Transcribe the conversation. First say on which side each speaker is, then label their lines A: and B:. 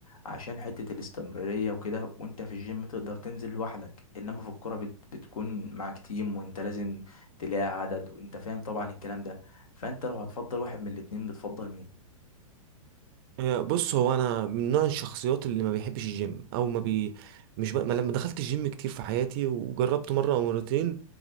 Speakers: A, on the left; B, on the right.
A: عشان حته الاستمراريه وكده وانت في الجيم تقدر تنزل لوحدك انما في الكوره بت بتكون معاك تيم وانت لازم تلاقي عدد وانت فاهم طبعا الكلام ده فانت لو هتفضل واحد من الاتنين بتفضل مين
B: يا- بص هو انا من نوع الشخصيات اللي ما بيحبش الجيم او ما بي مش ب... ما لما دخلت الجيم كتير في حياتي وجربته مره او مرتين